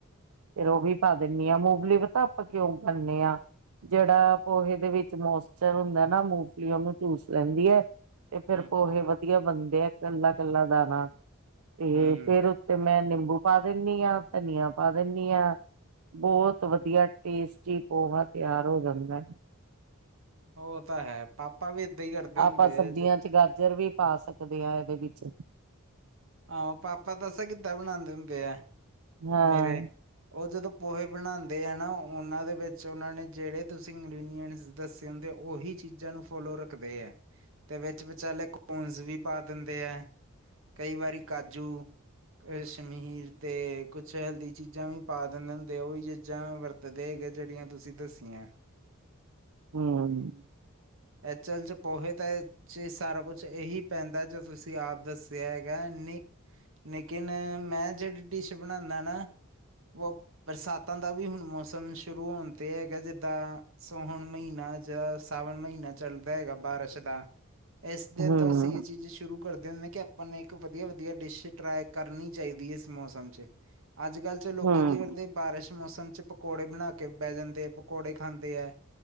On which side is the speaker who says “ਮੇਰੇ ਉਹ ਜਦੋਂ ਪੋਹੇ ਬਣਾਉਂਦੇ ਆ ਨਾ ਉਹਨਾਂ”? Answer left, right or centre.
Right